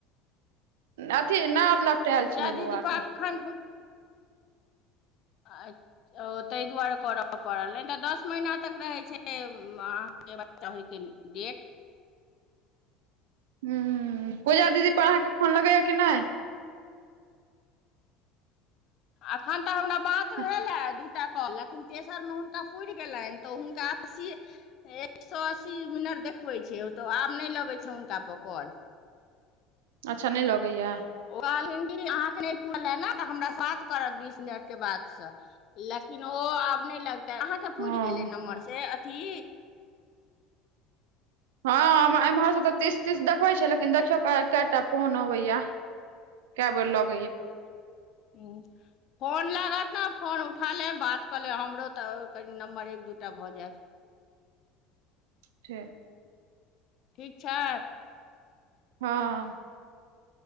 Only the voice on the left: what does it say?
पूजा
<inaudible> <unintelligible> ओ तैइ दुआरे कर पड़ल नै त दस महीना तक रहै छै उम अहाँके बच्चा होइके। डेट।
अखन तऽ हमरा बात
भेल
हे दूटा कहलखिन तेसर मे हुनका पुरि गेलन त हुनका अस्सी एक सौ अस्सी मिनट देखबै छै ओ तो आब नहि लगैत छै हुनका पर कल।
ओ कहलखिन कि अहाँके नहि पुरले ने त हमरा साथ करब बीस मिनट के बाद सँ। लेकिन ओ आब नै लगते अहाँके
पुरि गेलै नंबर से अथी।
<inaudible> फोन लागत ने फोन उठा लेब बात कऽ लेब, हमरो तऽ कनि नम्बर एक दूटा भऽ जायत।
ठीक छै।